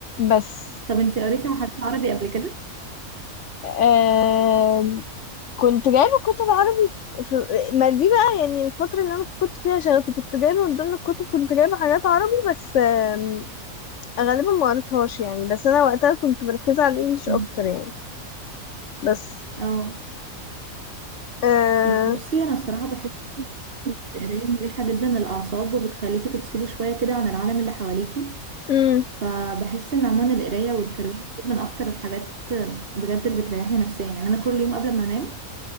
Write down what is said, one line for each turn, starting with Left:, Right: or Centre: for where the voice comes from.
Left: بس
Right: طب انت قريتي على حاجات عربي قبل كده
Left: آه كنت جايبة كتب عربي في... في... ما دي بقى يعني الفترة اللي أنا كنت فيها شغفي كنت جايبة من ضمن الكتب كنت جايبة حاجات عربي بس آم، غالبا ما قريتهاش يعني بس أنا وقتها كنت مركزة على الإنجليش
Right: مم.
Left: أكتر يعني بس
Right: اه
Left: آه...
Right: بصي انا الصراحه بحس القرايه مريحه جدا للاعصاب وبتخليكي تفصلي شويه كده عن العالم اللي حواليكي
Left: مم.
Right: فبحس ان عموما القرايه والترويج من اكتر الحاجات بجد اللي بتريحني نفسيا يعني انا كل يوم قبل ما انام